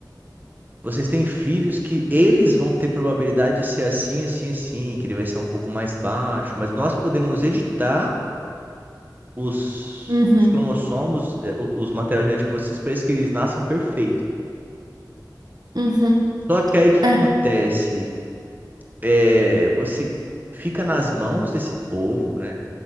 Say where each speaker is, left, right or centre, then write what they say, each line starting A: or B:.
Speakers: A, on the right; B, on the right.
A: vocês têm filhos que eles vão ter probabilidade de ser assim, assim, assim, que ele vai ser um pouco mais baixo, mas nós podemos editar os,
B: Uhum,
A: os cromossomos, eh, o- os materiais genéticos de vocês para que eles nasçam perfeitos.
B: uhum,
A: Só que aí o que que
B: é,
A: acontece? é, você fica nas mãos desse povo, né?